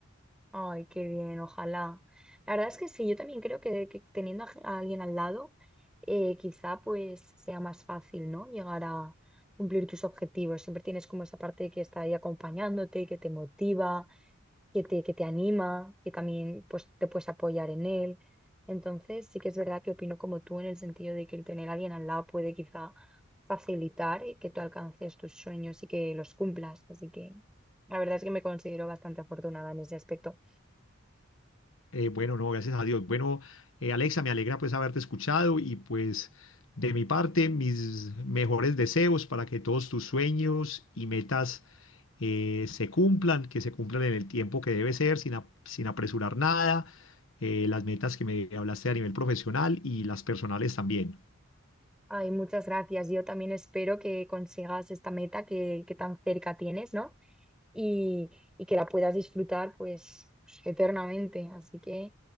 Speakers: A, in the centre; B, on the left.
A: Ay, qué bien, ojalá. La verdad es que sí, yo también creo que, que teniendo a, gen- a alguien al lado, eh, quizá pues sea más fácil, ¿no? Llegar a cumplir tus objetivos. Siempre tienes como esa parte que está ahí acompañándote, que te motiva que te, que te anima, que también pues, te puedes apoyar en él. Entonces, sí que es verdad que opino como tú en el sentido de que el tener a alguien al lado puede quizá facilitar eh, que tú alcances tus sueños y que los cumplas. Así que la verdad es que me considero bastante afortunada en ese aspecto.
B: Eh, bueno, no, gracias a Dios. Bueno, eh, Alexa, me alegra pues haberte escuchado y pues de mi parte, mis mejores deseos para que todos tus sueños y metas eh, se cumplan, que se cumplan en el tiempo que debe ser, sin, ap- sin apresurar nada, eh, las metas que me hablaste a nivel profesional y las personales también.
A: Ay, muchas gracias. Yo también espero que consigas esta meta que, que tan cerca tienes, ¿no? Y, y que la puedas disfrutar pues pues, eternamente. Así que